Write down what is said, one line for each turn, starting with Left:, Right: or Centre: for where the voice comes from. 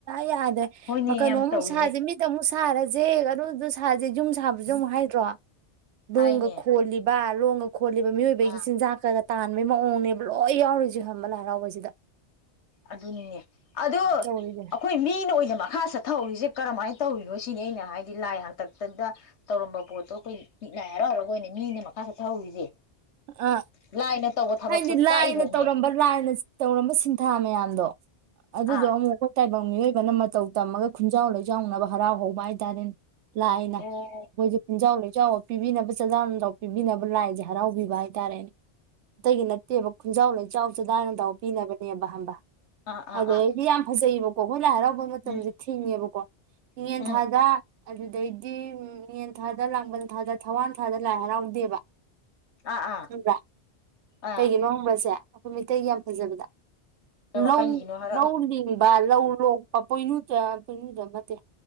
Right: ꯌꯥꯗ
Left: ꯍꯣꯏꯅꯦ
Right: ꯃꯈꯜ
Left: ꯌꯥꯝ
Right: ꯅꯨ ꯑꯃꯨꯛ
Left: ꯇꯧꯋꯤꯅꯦ
Right: ꯁꯥꯖꯦ ꯃꯤ ꯇ ꯑꯃꯨꯛ ꯁꯔꯁꯦꯒꯨ ꯑꯗꯨ ꯁꯥ ꯍꯧ ꯌꯨꯝ ꯁꯥꯕꯁꯨ ꯑꯃꯨꯛ ꯍꯥꯏꯗ꯭ꯔꯣ
Left: ꯍꯥꯏꯅꯦ
Right: ꯣꯡꯒ ꯈꯣꯂꯤꯕꯜ ꯔꯣꯡ ꯈꯣꯠꯂꯤꯕ ꯃꯤꯑꯣꯏꯕꯒꯤ
Left: ꯑꯥ
Right: ꯆꯤꯟꯖꯥꯛ ꯈꯔꯒ ꯇꯥꯟꯕꯩ ꯃꯑꯣꯡꯅꯦꯕ ꯂꯣꯏ ꯌꯥꯎꯔꯤꯁꯦ ꯍꯕ ꯂꯥꯏꯔꯥꯎꯕꯁꯤꯗ
Left: ꯑꯗꯨꯅꯤꯅꯦ ꯑꯗꯨ
Right: ꯇꯧꯔꯤꯁꯦ
Left: ꯑꯩꯈꯣꯏ ꯃꯤꯅ ꯑꯣꯏꯅꯃꯛ ꯃꯈꯥ ꯆꯠꯊꯍꯧꯔꯤꯁꯦ ꯀꯔꯝꯍꯥꯏꯅ ꯇꯧꯔꯤꯅꯣ ꯁꯤꯅꯤ ꯑꯩꯅ ꯍꯥꯏꯗꯤ ꯂꯥꯏ ꯍꯥꯛꯇꯛꯇꯗ ꯇꯧꯔꯝꯕ ꯄꯣꯠꯇꯣ ꯑꯩꯈꯣꯏ ꯃꯤꯠ ꯂꯥꯏ ꯍꯔꯥꯎꯔꯔꯕ ꯑꯣꯏꯅ ꯃꯤꯅꯦ ꯃꯈꯥ ꯆꯠꯊꯍꯧꯔꯤꯁꯦ
Right: ꯑ
Left: ꯂꯥꯏꯅ ꯇꯧꯕ ꯊꯕꯛꯇꯣ
Right: ꯍꯥꯏꯗꯤ
Left: ꯇꯥꯛꯏꯕꯅꯦ
Right: ꯂꯥꯏꯅ ꯇꯧꯔꯝꯕ ꯂꯥꯏꯅ ꯇꯧꯔꯝꯕ ꯁꯤꯟꯊꯥ ꯃꯌꯥꯝꯗꯣ ꯑꯗꯨꯗꯣ
Left: ꯑꯥ
Right: ꯑꯃꯨꯛ ꯈꯣꯏ ꯇꯥꯏꯕꯪ ꯃꯤꯑꯣꯏꯕꯅ ꯃꯇꯧ ꯇꯝꯃꯒ ꯈꯨꯟꯖꯥꯎ ꯂꯩꯖꯥꯎꯅꯕ ꯍꯔꯥꯎ ꯍꯧꯕ ꯍꯥꯏ ꯇꯔꯦꯅꯦ ꯂꯥꯏꯅ
Left: ꯑꯣ
Right: ꯑꯈꯣꯏꯖꯨ ꯈꯨꯟꯖꯥꯎ ꯂꯩꯆꯥꯎ ꯄꯤꯕꯤꯅꯕ <unintelligible> ꯄꯤꯕꯤꯅꯕ ꯂꯥꯏꯖꯦ ꯍꯔꯥꯎꯕꯤ ꯕ ꯍꯥꯏꯇꯥꯔꯦ ꯑꯇꯩꯒꯤ ꯅꯠꯇꯦꯕ ꯈꯨꯟꯖꯥꯎ ꯂꯩ ꯆꯥꯎ ꯆꯗꯥ ꯅꯗꯥꯎ ꯄꯤꯅꯕꯅꯦꯕ ꯍꯝꯕ
Left: ꯑꯥ ꯑꯥ
Right: ꯑꯗꯩꯗꯤ
Left: ꯑꯥ
Right: ꯌꯥꯝ ꯐꯖꯩꯕ ꯀꯣꯈꯣꯏ ꯂꯥꯏ ꯍꯔꯥꯎ ꯕ ꯃꯇꯝꯖꯦ
Left: ꯎꯝ
Right: ꯊꯤꯡꯉꯦ ꯕꯀꯣ ꯏꯉꯦꯟ
Left: ꯎꯝ
Right: ꯊꯥꯗ ꯑꯗꯨꯗꯩꯗꯤ ꯏꯉꯦꯟ ꯊꯥꯗ ꯂꯥꯡꯕꯜ ꯊꯥꯗ ꯊꯋꯥꯟ ꯊꯥꯗ ꯂꯥꯏ ꯍꯔꯥꯎꯗꯦꯕ
Left: ꯑꯥ ꯑꯥ
Right: ꯈꯪꯕ꯭ꯔ
Left: ꯑꯥ
Right: ꯀꯩꯒꯤꯅꯣ ꯈꯪꯕꯔ꯭ ꯁꯦ ꯈꯣꯏ ꯃꯤꯇꯩꯒꯤ ꯌꯥꯝ ꯐꯖꯕꯤꯗ
Left: ꯀ
Right: ꯂꯧ
Left: ꯀꯔꯤꯒꯤꯅꯣ ꯍꯥꯏꯔꯛ
Right: ꯂꯧ ꯂꯤꯡ ꯕꯥ ꯂꯧ ꯂꯣꯛꯄ ꯄꯣꯏꯅꯨꯗ ꯄꯣꯏꯅꯨꯗ ꯅꯠꯇꯦ